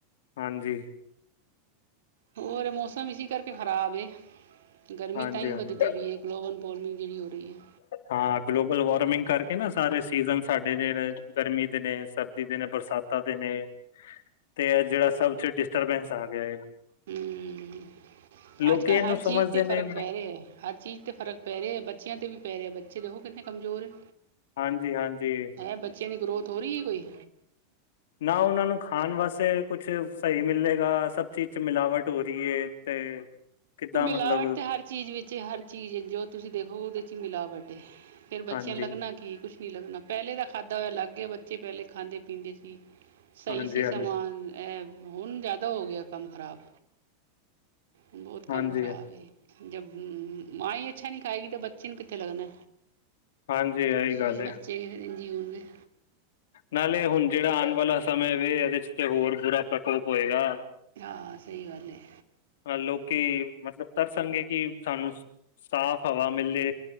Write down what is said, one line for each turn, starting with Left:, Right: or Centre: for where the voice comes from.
Left: ਹਾਂਜੀ
Right: ਹੋਰ ਮੌਸਮ ਇਸੀ ਕਰਕੇ ਖ਼ਰਾਬ ਏ। ਗਰਮੀ
Left: ਹਾਂਜੀ
Right: ਤਾਂ ਹੀ
Left: ਹਾਂਜੀ
Right: ਵਧਦੀ ਵੀਈ ਹੈ, ਗਲੋਬਲ ਵਾਰਮਿੰਗ ਜਿਹੜੀ ਹੋ ਰਹੀ ਹੈ।
Left: ਹਾਂ, ਗਲੋਬਲ ਵਾਰਮਿੰਗ ਕਰਕੇ ਨਾ ਸਾਰੇ ਸੀਜ਼ਨ ਸਾਡੇ ਜ ਗਰਮੀ ਦੇ ਨੇ, ਸਰਦੀ ਦੇ ਨੇ, ਬਰਸਾਤ ਪਤਾ ਤੇ ਨੇ ਤੇ ਜਿਹੜਾ ਸਭ ਚ ਡਿਸਟਰਬੈਂਸ ਆ ਗਿਆਏ
Right: ਹਮ
Left: ਲੋਕੀ
Right: ਅੱਜ- ਕੱਲ੍ਹ
Left: ਇਹਨੂੰ
Right: ਹਰ
Left: ਸਮਝਦੇ
Right: ਚੀਜ਼ ਤੇ ਫ਼ਰਕ
Left: ਨੇ
Right: ਪੈ ਰਿਹਾ ਹੈ, ਹਰ ਚੀਜ਼ ਤੇ ਫ਼ਰਕ ਪੈ ਰਿਹਾ ਹੈ, ਬੱਚਿਆਂ ਤੇ ਵੀ ਪੈ ਰਿਹਾ ਬੱਚੇ ਦੇਖੋ ਕਿੰਨੇ ਕਮਜ਼ੋਰ ਨ,
Left: ਹਾਂਜੀ ਹਾਂਜੀ
Right: ਹੈ ਬੱਚਿਆਂ ਦੀ ਗਰੋਥ ਹੋ ਰਹੀ ਹੈ ਕੋਈ?
Left: ਨਾ ਉਹਨਾਂ ਨੂੰ ਖਾਣ ਵਾਸਤੇ ਕੁਛ ਸਹੀ ਮਿਲਲੇਗਾ, ਸਭ ਚੀਜ਼ ਚ ਮਿਲਾਵਟ ਹੋ ਰਹੀ ਹੈ ਤੇ ਕਿੱਦਾਂ
Right: ਮਿਲਾਵਟ
Left: ਮਤਲਬ
Right: ਤੇ ਹਰ ਚੀਜ਼ ਵਿੱਚ, ਹਰ ਚੀਜ਼ ਜੋ ਤੁਸੀਂ ਦੇਖੋ ਉਹਦੇ ਵਿੱਚ ਹੀ ਮਿਲਾਵਟ ਹੈ। ਫੇਰ ਬੱਚਿਆਂ
Left: ਹਾਂਜੀ
Right: ਨੂੰ ਲੱਗਣਾ ਕੀ, ਕੁਛ ਨੀ ਲੱਗਣਾ, ਪਹਿਲੇ ਦਾ ਖਾਦਾ ਹੋਇਆ ਲੱਗ ਗਿਆ। ਬੱਚੇ ਪਹਿਲੇ ਖਾਂਦੇ ਪੀਂਦੇ ਸੀ। ਸਹੀ
Left: ਹਾਂਜੀ
Right: ਸੀ
Left: ਹਾਂਜੀ
Right: ਸਮਾਂ, ਇਹ ਹੁਣ ਜ਼ਿਆਦਾ ਹੋ ਗਿਆ ਕੰਮ ਖ਼ਰਾਬ। ਬਹੁਤ ਕੰਮ
Left: ਹਾਂਜੀ
Right: ਖ਼ਰਾਬ ਹੈ, ਜੇ ਮਾਂ ਹੀ ਅੱਛਾ ਨੀ ਖਾਏਗੀ ਤਾਂ ਬੱਚੇ ਨੂੰ ਕਿੱਥੇ ਲੱਗਣਾ।
Left: ਹਾਂਜੀ ਇਹੀ
Right: ਹਮ
Left: ਗੱਲ ਹੈ
Right: ਬੱਚੇ ਵੀ ਫਿਰ ਐਂਜ ਹੀ ਹੋਣਗੇ
Left: ਨਾਲੇ ਹੁਣ ਜਿਹੜਾ ਆਉਣ ਵਾਲਾ ਸਮੇਂ ਵੇ, ਇਹਦੇ ਚ' ਤੇ ਹੋਰ ਬੁਰਾ ਪ੍ਰਕੋਪ ਹੋਏਗਾ।
Right: ਹਾਂ, ਸਹੀ ਗੱਲ ਹੈ।
Left: ਅ ਲੋਕੀ, ਮਤਲਬ ਤਰਸੰਗੇ ਕਿ ਸਾਨੂੰ ਸਾਫ਼ ਹਵਾ ਮਿਲੇ